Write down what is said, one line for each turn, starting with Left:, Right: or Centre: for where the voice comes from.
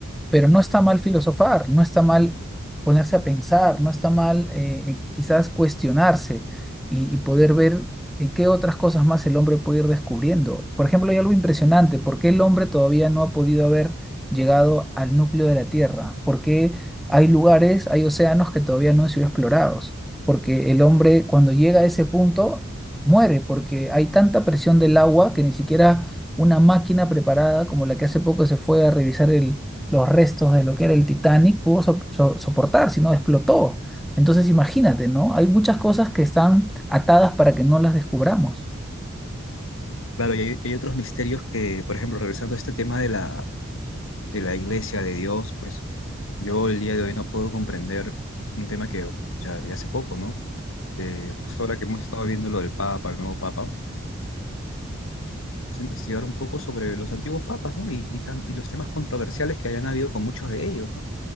Centre: pero no está mal filosofar, no está mal ponerse a pensar, no está mal eh, eh, quizás cuestionarse y, y poder ver en qué otras cosas más el hombre puede ir descubriendo. Por ejemplo, hay algo impresionante, ¿por qué el hombre todavía no ha podido haber llegado al núcleo de la Tierra? ¿Por qué hay lugares, hay océanos que todavía no han sido explorados? Porque el hombre cuando llega a ese punto muere, porque hay tanta presión del agua que ni siquiera una máquina preparada como la que hace poco se fue a revisar el, los restos de lo que era el Titanic pudo so- so- soportar, si no explotó. Entonces imagínate, ¿no? Hay muchas cosas que están atadas para que no las descubramos.
Left: Claro, y hay, y hay otros misterios que, por ejemplo, regresando a este tema de la, de la iglesia, de Dios, pues yo el día de hoy no puedo comprender un tema que ya vi hace poco, ¿no? Eh, justo ahora que hemos estado viendo lo del Papa, el nuevo Papa, pues investigar un poco sobre los antiguos papas, ¿no? Y, y, tan- y los temas controversiales que habían habido con muchos de ellos, ¿no?